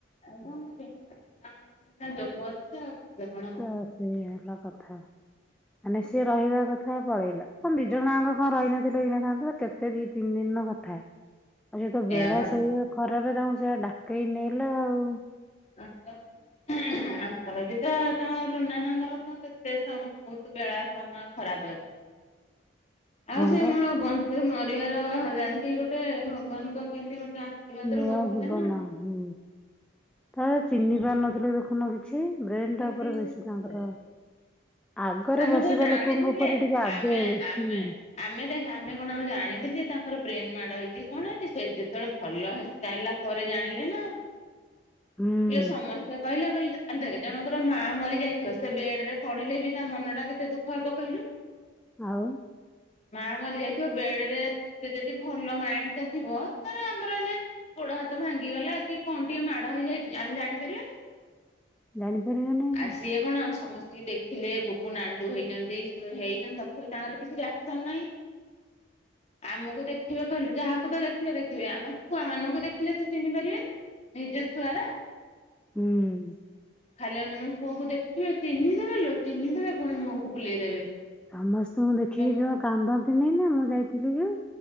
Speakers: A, on the left; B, in the centre.
A: ଆଉ କଣ ନେଵି ତାଙ୍କର ଯୋଗ ଅଛି। ଆଉ କରିବେ କଣ? ହବ
B: ତ ସେୟା ହେଲ କଥା। ମାନେ ସିଏ ରହିବା କଥା ପଳେଇଲା। କଣ ଦି ଜଣଙ୍କ କଣ ରହିନଥିଲେ ହେଇନଥାନ୍ତା। କେତେ ଦି ତିନି ଦିନର କଥା। ଆଉ ସେତ ବେଳା
A: ଏଇଆ ବା
B: ସେୟା ଖରାପେ ତାଙ୍କୁ ସେୟା ଡାକେଇ ନେଲା ଆଉ।
A: ଅ ହ। ତାଙ୍କର ବି ତ ତାଙ୍କ ଟୁନା ନନାର ତ କେତେ ସାର ବହୁତ ବେଳା ସମୟ ଖରାପ ଅଛି।
B: ହଁ
A: ଆଉ ସେ
B: ବା
A: ମୋର ବ ଯୋଉ ମରିବାର ହଜାନ୍ତି ଗୋଟେ ଭଗବାନଙ୍କ କେମିତି ଗୋଟେ ଆଶୀର୍ବାଦରୁ
B: ନୂଆ
A: ବଞ୍ଚିଲେ
B: ଜୀବନ
A: ନା ଆଉ।
B: ହୁଁ ଥରେ ଚିହ୍ନି
A: ଆଉ।
B: ପାରୁନଥିଲେ ଦେଖୁନ କିଛି। ବ୍ରେନ
A: କେମିତି
B: ଟା ଉପରେ ବେଶୀ ତାଙ୍କର ଆଗରେ
A: ଆମେ
B: ବସିବା
A: କଣ ଜାଣିଥିଲେ
B: ଲୋକଙ୍କ ଉପରେ ଟିକେ ଆଗେ
A: ଆମେ
B: ବେଶୀ
A: ଆମେ ଆମେ ଦେଖ ଆମେ କଣ ଆଉ ଜାଣିଥିଲେ ତାଙ୍କର ବ୍ରେନ ମାଡ ହେଇଚି କଣ ହେଇଚି ସେ ଯେତେବେଳେ ଭଲ ହେ ସାଇଲା ପରେ ଜାଣିଲେ ନା।
B: ହୁଂ।
A: ଏ ସମସ୍ତେ କହିଲେ କହିଲେ ଆରେ ଦେଖ୍ ଜଣଙ୍କର ମା ମରି ଯାଇଥିବ ସେ ବେଡ ରେ ପଡିଲେ ବି ତା ମନ ଟା କେତେ ଦୁଃଖ ହବ କହିଲୁ?
B: ଆଉ।
A: ମା ମରି ଯାଇଥିବ ବେଡେରେ ସେ ଯଦି ଭଲ ମାଇଣ୍ଡ ଟା ଥିବ ଧର ଆମର ଯେମତି ଗୋଡ ହାତ ଭାଙ୍ଗିଗଲା କି- କଣ ଟିକେ ମାଡ ହେଇଯାଇଛି ଆମେ ଜାଣିପାରିବାନି।
B: ଜାଣିପାରିବା ନେଇଁ ନା।
A: ଆଉ ସିଏ କଣ ସମସ୍ତିଙ୍କୁ ଦେଖ ଥିଲେ ବୁବୁ ନାଣ୍ଡୁ ହେଇଚନ୍ତି ହେଇଛନ୍ତି ତଥାପି ତାଙ୍କର କିଛି ରିଆକ୍ସନ ନାହିଁ। ଆମକୁ ଦେଖିବେ କହିଲୁ ଯାହାକୁ ତ ଦେଖିବେ ଦେଖିବେ ଆମ ଛୁଆ ମାନଙ୍କୁ ଦେଖିଲେ ସେ ଚିହ୍ନି ପାରିବେନି ନିଜ ଛୁଆରା।
B: ହୁଁ।
A: ଖାଲି ଅନନ୍ ପୁଅକୁ ଦେଖିବେ ଚିହ୍ନି ଦେବେ ଲୋ ଚିହ୍ନି ଦେବେ ପୁଣି ମୁହକୁ ବୁଲେଇଦେବେ।
B: ସମସ୍ତଙ୍କୁ ଦେଖିକି
A: ମୁଁ
B: ଯୋଉ କାନ୍ଦନ୍ତି ନାଇ ନା ମୁଁ ଯାଇଥିଲି ଯୋଉ।